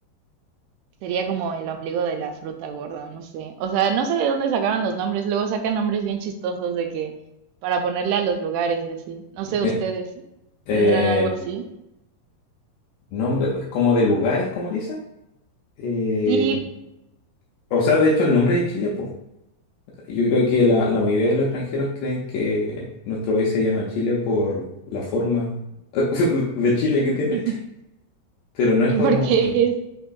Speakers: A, on the right; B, on the left.
A: sería como el ombligo de la fruta gorda, no sé. O sea, no sé de dónde sacaban los nombres. Luego sacan nombres bien chistosos de que para ponerle a los lugares y así. No sé,
B: Eh,
A: ustedes
B: eh,
A: tendrán algo así.
B: nombre de- como de lugares, como dice. Eh,
A: Sí.
B: o sea, de hecho, el nombre de Chile, pues. Yo creo que la, la mayoría de los extranjeros creen que nuestro país se llama Chile por la forma <laughs> de Chile que tiene.
A: <laughs>
B: Pero no es
A: ¿Y
B: por
A: por
B: un...
A: qué es?